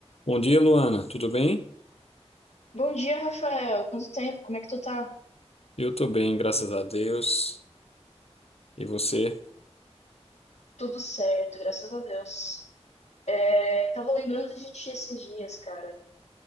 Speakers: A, on the left; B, on the left.
A: Bom dia, Luana. Tudo bem?
B: Bom dia, Rafael. Quanto tempo? Como é que tu tá?
A: Eu tô bem, graças a Deus. E você?
B: Tudo certo, graças a Deus. É, tava lembrando de ti esses dias, cara.